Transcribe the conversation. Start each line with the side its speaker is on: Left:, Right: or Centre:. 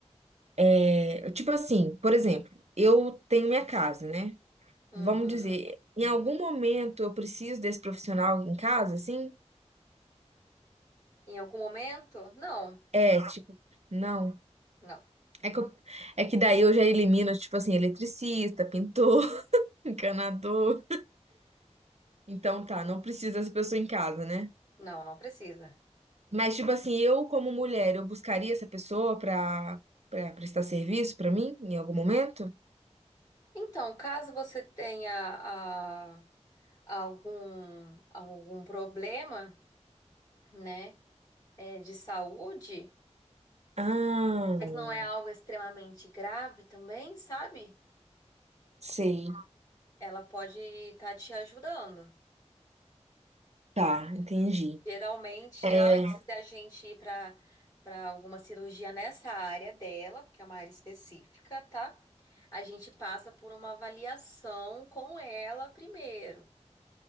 Right: É, tipo assim, por exemplo, eu tenho minha casa, né?
Left: Uhum.
Right: Vamos dizer, em algum momento eu preciso desse profissional em casa, assim?
Left: Em algum momento? Não,
Right: É, tipo, não.
Left: não,
Right: É que, eu- é que daí eu já elimino, tipo assim, eletricista, pintor, <laughs> encanador. Então tá, não precisa dessa pessoa em casa, né?
Left: não, não precisa.
Right: Mas, tipo assim, eu, como mulher, eu buscaria essa pessoa pra, pra prestar serviço pra mim em algum momento?
Left: Então, caso você tenha ah, algum, algum problema, né, é, de saúde,
Right: Ah,
Left: mas não é algo extremamente grave também, sabe?
Right: sei.
Left: Ela pode estar te ajudando.
Right: Tá, entendi.
Left: Geralmente,
Right: É,
Left: antes da gente ir para para alguma cirurgia nessa área dela, porque é uma área específica, tá? A gente passa por uma avaliação com ela primeiro.